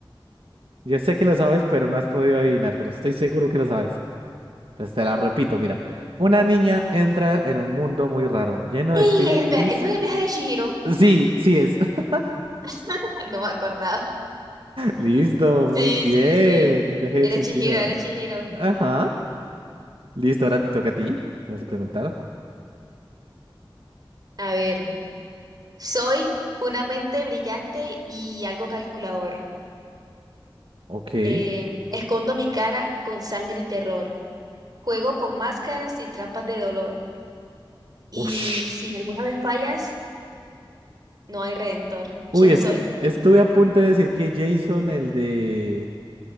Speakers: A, on the right; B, on the right.
A: Yo sé que lo sabes, pero no has podido adivinar, pero estoy seguro que lo sabes. Entonces te la repito, mira. Una niña entra en un mundo muy raro, lleno
B: ¡Ey!
A: de espíritus.
B: Es el via- ¿No es el viaje de Chihiro?
A: Sí, sí es. <laughs>
B: <laughs> No me acordaba.
A: Listo,
B: Sí,
A: muy bien.
B: sí, sí.
A: El viaje
B: Eres
A: de Chihiro.
B: Chihiro, eres Chihiro.
A: Ajá. Listo, ahora te toca a ti. ¿Me vas a preguntar?
B: A ver. Soy una mente brillante y algo calculador.
A: Ok.
B: Eh, escondo mi cara con sangre y terror. Juego con máscaras y trampas de dolor. Y
A: Ush.
B: si alguna vez fallas, no hay redentor.
A: Uy,
B: ¿Quién
A: est-
B: soy?
A: estuve a punto de decir que Jason, el de...